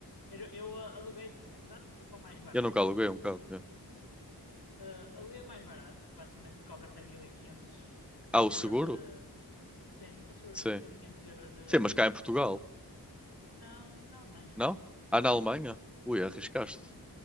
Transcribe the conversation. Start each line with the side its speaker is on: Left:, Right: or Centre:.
Left: Eu, eu, ah, aluguei, é verdade que fui para o mais barato.
Centre: Eu nunca aluguei um carro. yeah.
Left: Ah, aluguei o mais barato, que basicamente cobra até mil e quinhentos
Centre: Ah, o
Left: euros
Centre: seguro?
Left: de. Sim, eu seguro
Centre: Sim.
Left: 1500 euros de.
Centre: Sim, mas cá em Portugal,
Left: Não, na Alemanha.
Centre: não? Ah, na Alemanha? Ui, arriscaste.
Left: Sim.